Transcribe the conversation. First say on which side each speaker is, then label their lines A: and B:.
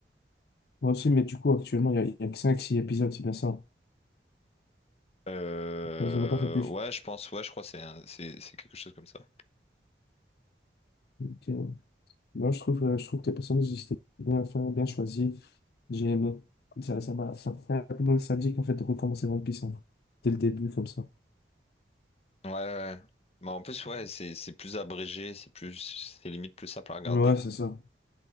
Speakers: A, on the left; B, on the left.
A: moi aussi, mais du coup, actuellement, il y a, il y a que 5-6 épisodes, c'est bien ça.
B: Euh...
A: Ils n'en ont pas fait plus.
B: Ouais, je pense, ouais, je crois que c'est un- c'est c'est quelque chose comme ça.
A: Donc, euh, non, je trouve, euh, je trouve que les personnages, ils étaient bien faits, bien choisis. J'ai aimé. Ça, ça m'a, ça fait un peu nostalgique, en fait, de recommencer One Piece, hein, dès le début, comme ça.
B: Ouais, ouais. ouais. Mais en plus, ouais, c'est c'est plus abrégé, c'est plus... C'est limite plus simple à regarder.
A: Ouais, c'est ça.